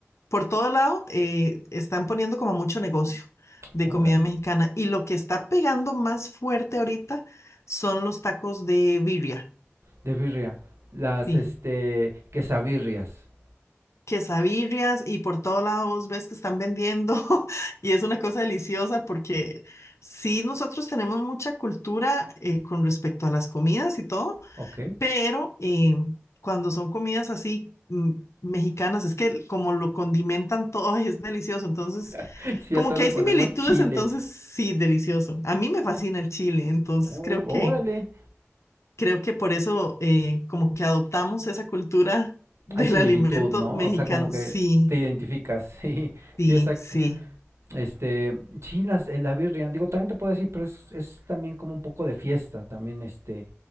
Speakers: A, on the left (about 75°); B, on the right (about 70°).
A: por todo lado, eh, están poniendo como mucho negocio de
B: Órale.
A: comida mexicana y lo que está pegando más fuerte ahorita son los tacos de birria.
B: De birria. Las,
A: Sí.
B: este, quesabirrias.
A: quesadillas y por todos lados ves que están vendiendo <laughs> y es una cosa deliciosa porque sí, nosotros tenemos mucha cultura eh, con respecto a las comidas y todo,
B: Ok.
A: pero eh, cuando son comidas así mm, mexicanas, es que como lo condimentan todo y es delicioso, entonces
B: <laughs> Sí,
A: como
B: a todo
A: que
B: le
A: hay
B: ponemos
A: similitudes,
B: chile.
A: entonces sí, delicioso. A mí me fascina el chile, entonces
B: Oh,
A: creo que,
B: órale.
A: creo que por eso eh, como que adoptamos esa cultura del
B: Hay similitud,
A: alimento
B: ¿no?
A: mexicano,
B: O sea, como que
A: sí.
B: te identificas. <laughs> Sí,
A: Sí,
B: sí, exacto.
A: sí.
B: Este, sí, las, eh, la birria. Digo, también te puedo decir, pero es, es también como un poco de fiesta. También, este,